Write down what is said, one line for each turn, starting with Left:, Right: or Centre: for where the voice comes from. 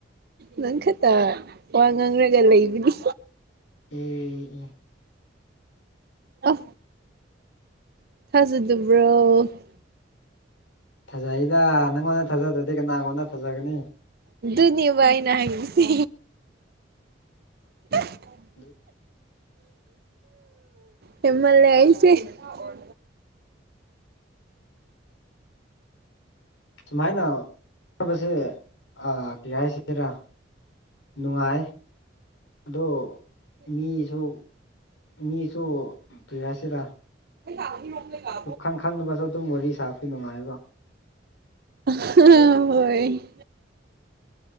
Right: ꯅꯪ ꯈꯛꯇ ꯋꯥ ꯉꯥꯡꯔꯒ ꯂꯩꯕꯅꯤ
Left: ꯎꯝ
Right: ꯑ ꯊꯥꯖꯗꯕ꯭ꯔꯣ
Left: ꯐꯖꯩꯗ ꯅꯪꯉꯣꯟꯗ ꯊꯥꯖꯗ꯭ꯔꯗꯤ ꯀꯅꯥꯉꯣꯟꯗ ꯐꯖꯒꯅꯤ
Right: ꯑꯗꯨꯅꯦꯕ ꯑꯏꯅ ꯍꯥꯏꯪꯁꯤ <inaudible>
Left: ꯎ
Right: ꯍꯝꯃꯂ‌ꯦ ꯑꯩꯁꯦ ꯑꯣ <unintelligible>
Left: ꯁꯨꯃꯥꯏꯅꯅꯕꯁꯦ ꯀꯩ ꯍꯥꯏꯁꯤꯔ ꯅꯨꯡꯉꯥꯏ ꯑꯗꯣ ꯃꯤꯁꯨ ꯃꯤꯁꯨ ꯀꯔꯤꯍꯥꯏꯁꯤꯔꯥ
Right: ꯂꯥꯎꯅꯤ ꯅꯦ <unintelligible>
Left: ꯁꯨꯞꯈꯪ ꯈꯪꯗꯅꯕꯁꯨ ꯑꯗꯨꯝ ꯋꯥꯔꯤ ꯁꯥꯄꯤ ꯅꯨꯡꯉꯥꯏꯕ
Right: ꯑ ꯍꯣꯏ